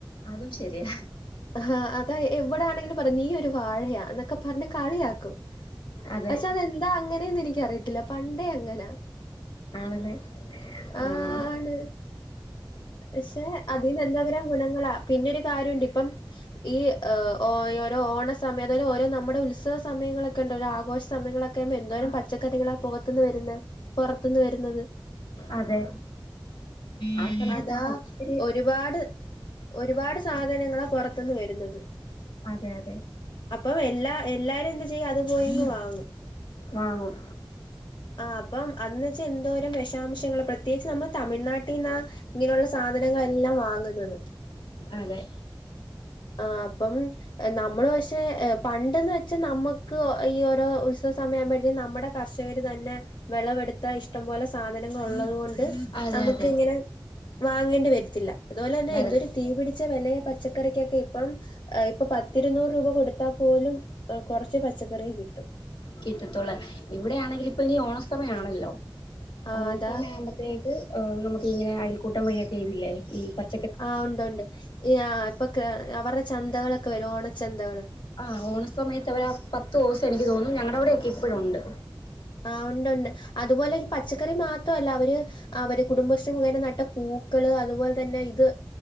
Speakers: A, on the left; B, on the left.
A: അതും ശരിയാ
B: ആഹ അതാ എവിടെ ആണെങ്കിലും പറ നീ ഒരു വാഴയാ എന്നൊക്കെ പറഞ്ഞു കളിയാക്കും
A: അതെ
B: പക്ഷെ അതെന്താ അങ്ങനെ എന്നെനിക്കു- എനിക്കു അറിയത്തില്ല പണ്ടേ അങ്ങനാ
A: ആണല്ലേ
B: അ
A: ആഹ്
B: ആണ് പക്ഷെ അതിന്ന് എന്തോരം ഗുണങ്ങളാ പിന്നെരു കാര്യം ഉണ്ട് ഇപ്പം ഈ ഓ ഓരോരോ ഓണ സമയം അതായ ഓരോ നമ്മുടെ ഉത്സവ സമയങ്ങളൊക്കെ ഉണ്ട് ഓര ആഘോഷ സമയങ്ങളൊക്കെ ഇപ്പോ എന്തോരം
A: ആഹ്
B: പച്ചക്കറികളാ പുകത്തുന്ന് വരുന്നേ പുറത്തൂന്ന് വരുന്നത്
A: അതെ ആ സമയത്താണ്
B: അതാ
A: ഒത്തിരി
B: ഒരുപാട് ഒരുപാട് സാധനങ്ങള് പുറത്തുന്ന് വരും വരുന്നത്
A: അതെ അതെ
B: അപ്പം എല്ലാ എല്ലാരും എന്താ ചെയ്യും അത് പോയങ്ങ് വാങ്ങും
A: വാങ്ങും
B: ആ അപ്പം അന്ന് വെച്ച എന്തോരം വിഷാംശങ്ങള് പ്രത്യേകച്ച് നമ്മ തമിഴ്നാട് നാട്ടീനാ ഇങ്ങനെയുള്ള സാധനങ്ങളെല്ലാം വാങ്ങുന്നത്
A: അതെ
B: ആ അപ്പം നമ്മള് പക്ഷെ പണ്ടെന്ന് വെച്ചാ നമ്മുക്ക് ഈ ഓരോ ഉത്- സമയാമ്പോഴേക്കും നമ്മുടെ കർഷകർ തന്നെ വിളവെടുത്ത ഇഷ്ടം പോലെ സാധനങ്ങൾ ഉള്ളത് കൊൊണ്ട്
A: അതെ
B: നമുക്ക്
A: അതെ
B: ഇങ്ങനെ വാങ്ങേണ്ടി വരത്തില്ല അതുപോലെ തന്നെ
A: വര
B: എന്തൊ ഒരു തീപിടിച്ച വിലയ പച്ചക്കറിക്കൊക്കെ ഇപ്പം ഇപ്പ- പത്തിരുന്നൂറ് രൂപ കൊടുത്താൽ പോലും കുറച്ച് പച്ചക്കറി യെ കിട്ടൂ
A: കിട്ടത്തോുള്ളു ഇവിടെയാണെങ്കിൽ ഇപ്പ ഇനി ഓണ സമയയാണല്ലോ
B: ആ
A: ഓണ
B: അതാ
A: സമയ ആവുമ്പോത്തേക്ക് നമുക്ക് ഇങ്ങെനെ അൽക്കൂട്ടം വഴിയൊക്കെ ഇതില്ലേ ഈ പ-
B: ആ ഉണ്ട് ഉണ്ട് ഈ ആ ഇപ്പൊ അവരുടെ ചന്തകളൊക്കെ വരും ഓണച്ചന്തകള്
A: ആ ഓണ സമയത്ത് അവരാ പത്ത് ദിവസം എനിക്ക് തോന്നും ഞങ്ങളുടെ അവിടെക്കെ ഇപ്പഴുണ്ട്
B: ആ ഉണ്ട് ഉണ്ട് അതുപോലെ ഈ പച്ചക്കറി മാത്രമല്ല അവര് അവര് കുടുംബശ്രീ മുഖേന നട്ട പൂക്കള് അതുപോലെ തന്നെ ഇത്